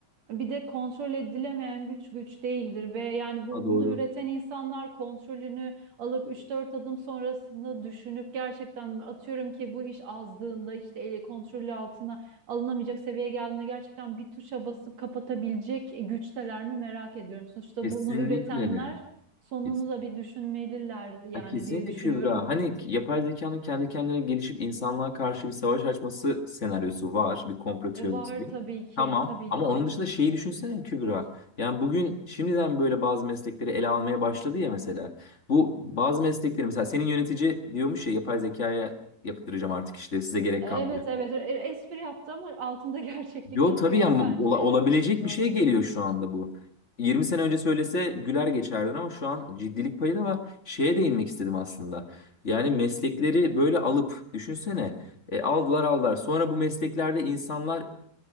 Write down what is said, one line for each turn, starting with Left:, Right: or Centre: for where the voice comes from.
Right: Bir de kontrol edilemeyen güç güç değildir ve yani bu
Left: Ha doğru.
Right: bunu üreten insanlar kontrolünü alıp üç dört adım sonrasında düşünüp gerçekten atıyorum ki bu iş azdığında işte ele kontrolü altına alınamayacak seviyeye geldiğinde gerçekten bir tuşa basıp kapatabilecek güçteler mi merak ediyorum. Sonuçta
Left: Kesinlikle.
Right: bunu üretenler sonunu
Left: Kes-
Right: da bir düşünmeliler yani
Left: Ha, kesinlikle
Right: diye düşünüyorum.
Left: Kübra. Hani k- yapay zekanın kendi kendine gelişip insanlığa karşı bir savaş açması senaryosu var. Bir komplo teorisi.
Right: E, var tabii ki
Left: Tamam.
Right: tabii
Left: Ama
Right: ki.
Left: onun dışında şeyi düşünsene Kübra. Yani bugün şimdiden böyle bazı meslekleri ele almaya başladı ya mesela. Bu bazı meslekleri mesela senin yönetici diyormuş ya yapay zekaya yaptıracağım artık işleri size gerek
Right: Evet
Left: kalmadı.
Right: evet E, espri yaptı ama altında <laughs> gerçeklik
Left: Yo
Right: yatıyor
Left: tabii ya
Right: mu? Bence
Left: ola- olabilecek
Right: evet yatıyor.
Left: bir şey geliyor şu anda bu. 20 sene önce söylese güler geçerdin ama şu an ciddilik payı da var. Şeye değinmek istedim aslında. Yani meslekleri böyle alıp düşünsene e, aldılar aldılar. Sonra bu mesleklerde insanlar